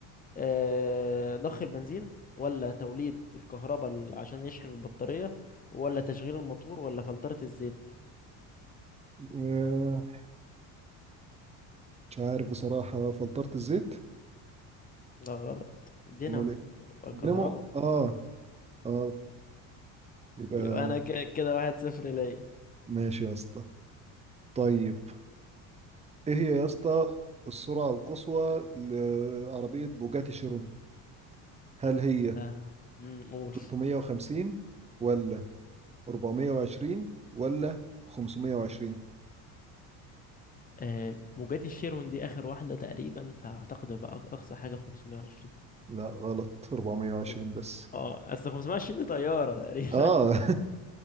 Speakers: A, on the left; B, on the right.
A: آه ضخ البنزين ولا توليد الكهرباء ال- عشان يشحن البطارية ولا تشغيل الموتور ولا فلترة الزيت
B: آه، مش عارف بصراحة فلترة الزيت
A: ده غلط دينامو
B: امال ايه
A: يبقى
B: دينامو
A: كهرباء
B: اه اه يبقى
A: يبقى انا ك- كده واحد صفر ليا
B: ماشي يا اسطى طيب ايه هي يا اسطى السرعة القصوى لعربية بوجاتي شيرون هل هي
A: لا امم قول
B: 350 ولا 420 ولا 520
A: آه موجات الشيرون دي اخر واحده تقريبا فاعتقد بقى اقصى حاجه 520
B: لا غلط 420
A: أوروبا.
B: بس
A: اه اصل 520 دي طياره تقريبا
B: اه